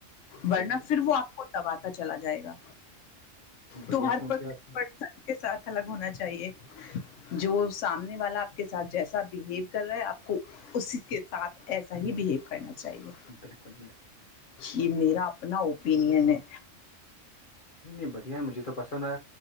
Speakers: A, on the left; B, on the left.
A: ورنہ
B: صحیح
A: پھر وہ آپ کو تباتا چلا جائے گا
B: ہے بڑھیا
A: تو ہر
B: سوچے
A: پر کسی
B: آپ کی
A: پڑسان کے ساتھ الگ ہونا چاہیے جو سامنے والا آپ کے ساتھ جیسا بہیو کر رہا ہے آپ کو اسی کے ساتھ ایسا ہی بہیو کرنا چاہیے
B: بالکل بالکل
A: یہ میرا اپنا اوپینئن ہے
B: نہیں نہیں بڑھیا مجھے تو پسند آ